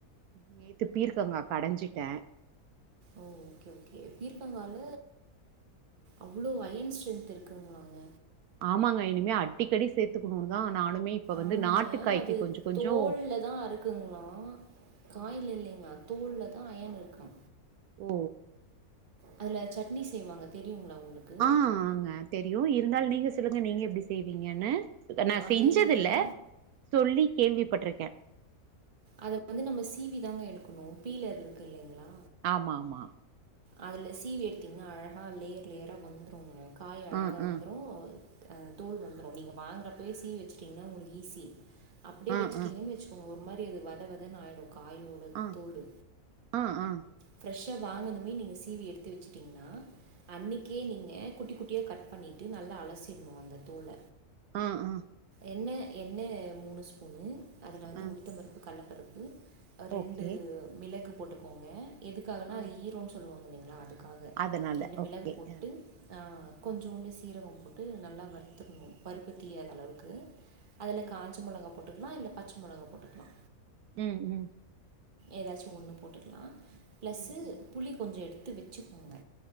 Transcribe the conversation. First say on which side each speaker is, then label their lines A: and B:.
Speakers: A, on the right; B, on the right.
A: நேத்து பீர்க்கங்கா கடஞ்சிட்டே
B: ஓ ஓகே ஓகே பீர்க்கங்கால அவ்ளோ அயன் ஸ்ட்ரென்த் இருக் குங்ளாங்க
A: ஆமாங்க இனிமே அடிக்கடி சேத்துக்கணும்னு தா நானுமே இப்ப வந்து
B: ஆமாங்க
A: நாட்டுக்காய்க்கு
B: அது
A: கொஞ்சோ கொஞ்சோ
B: தோல்லதா அருக் குங்களா காய்லா
A: ஆ
B: இல்லைங்களா தோல்ல தா அயன் இருக்க
A: ஓ
B: அதுல சட்னி செய்வாங்க தெரியுங்களா உங்களுக்கு
A: ஆ ஆங்க தெரியு இருந்தாலு நீங்க சொல்லுங்க நீங்க எப்டி செய்வீங்கன்னு நா
B: அதே
A: செஞ்சதுல
B: தாங்க
A: சொல்லி கேள்விப்பட்டிருக்க
B: அத வந்து நம்ம சிவி தாங்க எடுக்கணு பீலர் இருக்கு இல்லைங்களா
A: ஆமா ஆமா
B: அதுல சீவி எடுத்தீங்கன்னா அழகா லேயர் லேயரா வந்துரும்ங்க காய் அழகா
A: ஆ
B: வந்துரும்
A: ஆ
B: ஆ தோல் வந்துரும் நீங்கள் வாங்குனப்பவே சிவி வச்சுட்டிங்கன்னா உங்களுக்கு ஈஸி அப்படியே
A: ஆ
B: வச்சுட்டிங்கன்னு
A: ஆ
B: வச்சுக்கோங்க ஒரு மாறி அது வதவதன்னு ஆயிடும் காயும் மேல்
A: ஆ
B: தோலு
A: ஆ ஆ
B: ஃபிரஷ்ஷா வாங்கணும் அப்பயே நீங்க சீவி எடுத்து வச்சட்டீங்கன்னா அன்னைக்கே நீங்க குட்டி குட்டியா கட் பண்ணிட்டு நல்லா அலசிடணும் அந்த தோல
A: ஆ ஆ
B: எண்ணெ எண்ணெ மூணு ஸ்பூனு அதுல வந்து
A: ஆ
B: உளுத்த பருப்பு கடலப்பருப்பு ரெண்டு
A: ஓகே
B: மிளகு போட்டுக்கோங்க எதுக்காகன்னா
A: ஆ
B: அது ஹீரோன்னு சொல்வாங்களா அது க்காக
A: அதனால
B: ரெண்டு மிளகு
A: ஓகே
B: போட்டு
A: ஆ
B: ஆ கொஞ்சோண்டு
A: ஆ
B: சீரகம் போட்டு நல்லா வறுத்துக்கணும் பருப்பு தீயாத அளவுக்கு அதுல
A: ம்
B: காஞ்ச மொளகா போட்டுக்கலா இல்ல பச்சை மொளகா போட்டுக்கலா
A: ம் ம்
B: ஏதாச்சும் ஒன்னு போட்டுக்கலாம பிளஸ்ஸூ
A: ம் ம்
B: புளி கொஞ்சம் எடுத்து வச்சுக்கோங்க